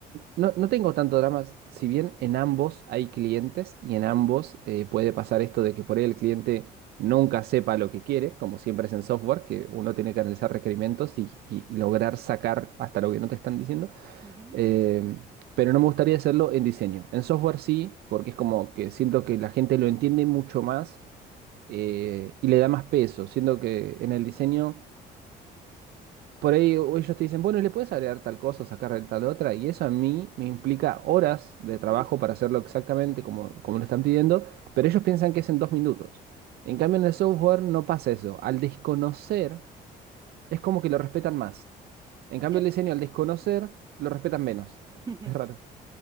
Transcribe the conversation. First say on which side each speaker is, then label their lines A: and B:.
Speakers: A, on the right; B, on the right.
A: no, no tengo tanto drama, si bien en ambos hay clientes y en
B: mm,
A: ambos eh, puede pasar esto de que por ahí el cliente nunca sepa lo que quiere, como siempre es en software, que uno tiene que analizar requerimientos y, y- y lograr sacar hasta lo que no te están diciendo.
B: ujú,
A: Eh, pero no me gustaría hacerlo en diseño. En software sí, porque es como que siento que la gente lo entiende mucho más eh, y le da más peso, Siento que en el diseño... Por ahí ellos te dicen, bueno, le puedes agregar tal cosa, o sacar tal otra, y eso a mí me implica horas de trabajo
B: mm,
A: para hacerlo exactamente como, como lo están pidiendo, pero ellos piensan que es en dos minutos. En
B: sí,
A: cambio, en el software no pasa eso. Al desconocer, es como que lo respetan más. En cambio,
B: cierto.
A: el diseño, al desconocer, lo respetan menos. <laughs>
B: Ujú.
A: Es raro.